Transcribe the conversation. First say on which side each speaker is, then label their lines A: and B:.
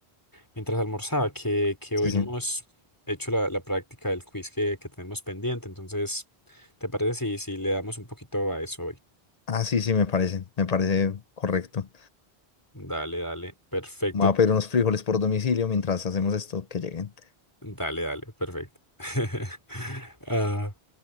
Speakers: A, on the left; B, on the left.
A: mientras almorzaba que, que
B: Sí,
A: hoy no
B: sí.
A: hemos hecho la, la práctica del quiz que, que tenemos pendiente. Entonces, ¿te parece si, si le damos un poquito a eso hoy?
B: Ah, sí, sí, me parece, me parece correcto.
A: Dale, dale. Perfecto.
B: Me voy
A: Entonces,
B: a pedir unos frijoles por domicilio mientras hacemos esto, que lleguen.
A: dale, dale. Perfecto. <laughs> Ah,